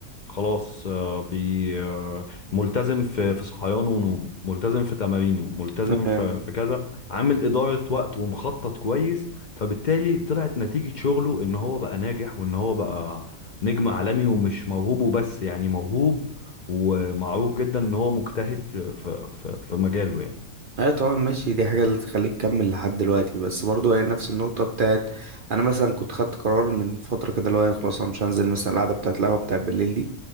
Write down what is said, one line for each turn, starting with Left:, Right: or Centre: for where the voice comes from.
Left: خلاص آه، بي آه، ملتزم في في صحيانه ونومه ملتزم في تمارينه ملتزم
Right: ايوه
Left: في في كذا عامل إدارة وقت ومخطط كويس فبالتالي طلعت نتيجة شغله ان هو بقى ناجح وان هو بقى نجم عالمي ومش موهوب وبس يعني موهوب ومعروف جدا ان هو مجتهد في في في, في مجاله يعني
Right: أيوة طبعا ماشي دي حاجه اللي تخليك تكمل لحد دلوقتي بس برضو هي نفس النقطه بتاعت انا مثلا كنت خدت قرار من فتره كده اللي هو أنا خلاص انا مش هنزل مثلا القعده بتاعت القهوه بتاعت بالليل دي